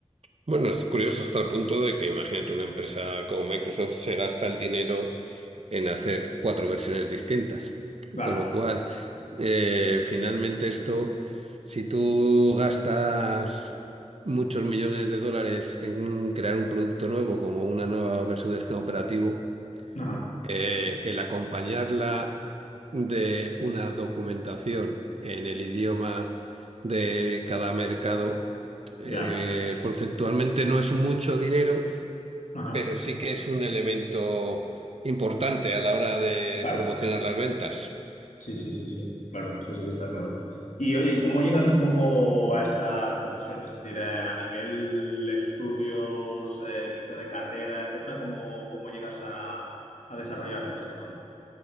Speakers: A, on the right; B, on the left.
A: Bueno, es curioso hasta el punto de que imagínate una empresa como Microsoft se gasta el dinero en hacer cuatro versiones distintas.
B: Claro,
A: Con lo cual, eh, finalmente esto, si tú gastas muchos millones de dólares en crear un producto nuevo, como una nueva versión del sistema operativo,
B: ajá,
A: eh,
B: Sí, sí.
A: el acompañarla de una documentación en el idioma de cada mercado, eh,
B: ya,
A: conceptualmente no es mucho dinero
B: ajá.
A: pero sí que es un elemento importante a la hora de
B: Claro.
A: promocionar las ventas.
B: Sí, sí, sí, sí, claro, sí, sí, está claro. Y oye, ¿y cómo llegas un poco a esta profesión? Es decir, eh, a nivel estudios, eh, inicio de carrera, etcétera, ¿cómo, cómo llegas a, a desarrollarte en este campo?